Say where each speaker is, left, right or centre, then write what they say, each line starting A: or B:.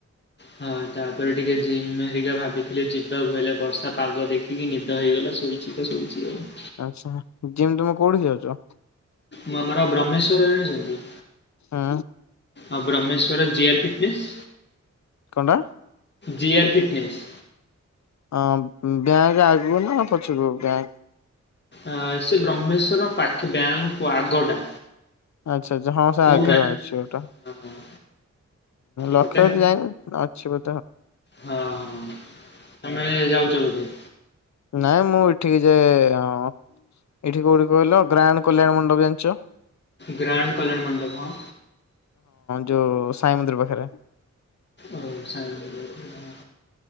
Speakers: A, on the left (about 40°); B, on the left (about 70°).
A: ହଁ ତାପରେ ଟିକେ ଜିମ୍ ହେରିକା ଭାବିଥିଲେ ଯିବାକୁ। ହେଲେ ବର୍ଷା ପାଗ ଦେଖିକି ନିଦ ହେଇଗଲା ଶୋଇଛି ତ ଶୋଇ <unintelligible>
B: ଆଚ୍ଛା, ଜିମ୍ ତୁମେ କୋଉଠି ଯାଉଛ?
A: ମୁଁ ଆମର ବ୍ରହ୍ମେଶ୍ଵର ଜାଣିଛନ୍ତି?
B: ଆ।
A: ଆଉ ବ୍ରହ୍ମେଶ୍ଵରେ ଜି ଆର ପି ଫିସ୍
B: କଣଟା?
A: G R P fees.
B: ହଁ ବ୍ୟାଙ୍କ ଆଗୁକୁ ନା ପଛକୁ ବ୍ୟାଙ୍କ?
A: ଅ ସେ ବ୍ରହ୍ମେଶ୍ଵର ପାଖେ ବ୍ୟାଙ୍କ ଓ ଆଗଟା।
B: ଆଚ୍ଛା। ଆଚ୍ଛା! ହଁ ସେ ଆଗରେ
A: ପୁରୁଣା
B: ଅଛି ଗୋଟେ।
A: ହଁ
B: ଲକ୍ଷ
A: ଗୋଟେ
B: ଯାଇନି ଅଛି ବ
A: ହଁ-ଅ-ଅ-ଅ ତମେ ଯାଉଛ ବୋଧେ।
B: ନାଇଁ ମୁଁ ଏଠିକି ଯାଏ-ଏ-ଏ-ଏ ଅ ଏଠି କୋଉଠି କହିଲ ଗ୍ରାନ୍ଡ କଲ୍ୟାଣ ମଣ୍ଡପ ଜାଣିଛ?
A: ଗ୍ରାଣ୍ଡ କଲ୍ୟାଣ ମଣ୍ଡପ।
B: ଯୋଉ-ଉ-ଉ ସାଇ ମନ୍ଦିର ପାଖରେ।
A: ଓ ସାଇ ମନ୍ଦିର ପାଖରେ।